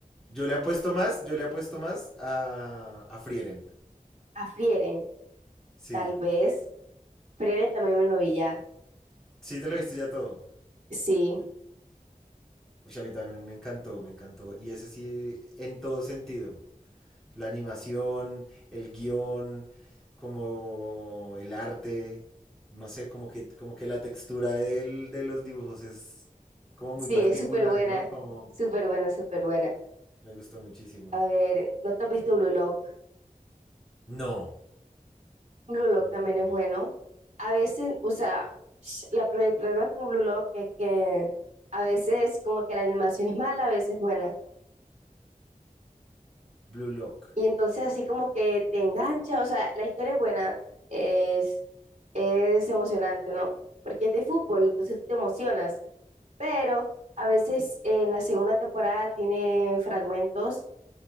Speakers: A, in the centre; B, on the right.
A: yo le apuesto más, yo le apuesto más a, a Frieren.
B: A Frieren,
A: Sí,
B: tal vez. Frieren también me lo vi ya.
A: sí, te lo viste ya todo.
B: Sí,
A: Uy, a mí también me encantó, me encantó. Y ese sí, en todo sentido. La animación, el guión, como el arte, no sé, como que, como que la textura del, de los dibujos es como muy
B: sí,
A: particular,
B: es súper buena,
A: ¿no? Como
B: súper buena, súper buena.
A: me gustó muchísimo.
B: A ver, ¿no te has visto Blue Lock?
A: No,
B: Blue Lock
A: no,
B: también
A: no, no.
B: es bueno. A veces, o sea, sh- la, pro- el problema con Blue Lock es que a veces como que la animación es mala, a veces es buena.
A: Blue Lock.
B: Y entonces así como que te engancha, o sea, la historia es buena, es, es emocionante, ¿no? Porque es de fútbol, entonces te emocionas. Pero a veces en la segunda temporada tiene fragmentos